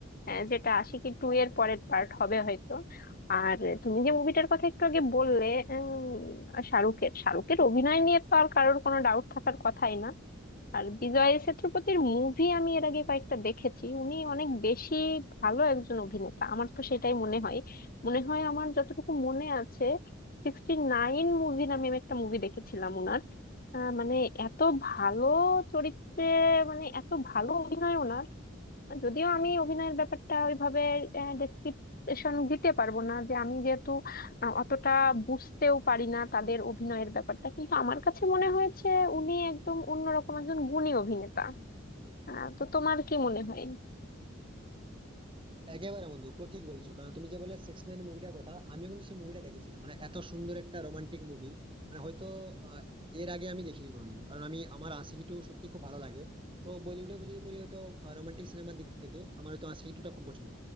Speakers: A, on the left; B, on the right.
A: আহ, যেটা আশিকি টু এর পরের পার্ট হবে হয়তো আর তুমি যে মুভিটার কথা একটু আগে বললে উম, শাহরুখের শাহরুখের অভিনয় নিয়ে তো আর কারোর কোনো ডাউট থাকার কথাই না আর বিজয় সেতুপতির মুভি আমি এর আগে কয়েকটা দেখেছি উনি অনেক বেশি ভালো একজন অভিনেতা আমার তো সেটাই মনে হয় মনে হয় আমার যতটুকু মনে আছে সিক্সটি নাইন মুভি নামে আমি একটা মুভি দেখেছিলাম ওনার আহ, মানে এত ভালো চরিত্রে মানে এত ভালো অভিনয় ওনার যদিও আমি অভিনয়ের ব্যাপারটা ওইভাবে ডেসক্রিপশন দিতে পারবো না যে আমি যেহেতু আহ, অতটা বুঝতেও পারি না তাদের অভিনয়ের ব্যাপারটা কিন্তু আমার কাছে মনে হয়েছে উনি একদম অন্যরকম একজন গুণী অভিনেতা আহ, তো তোমার কি মনে হয়
B: একেবারে বন্ধু পুরো ঠিক বলেছো কারণ তুমি যে বলে সিক্স নাইন মুভিটার কথা আমিও কিন্তু সেই মুভিটা দেখেছিলাম মানে এত সুন্দর একটা রোমান্টিক মুভি মানে হয়তো আহ, এর আগে আমি দেখিনি কোনোদিনও কারণ আমি আমার আশিকি টু সত্যি খুব ভালো লাগে তো বলিউডে যদি বলি হয়তো রোমান্টিক সিনেমার দিক থেকে আমার হয়তো আশিকি টুটা খুব পছন্দ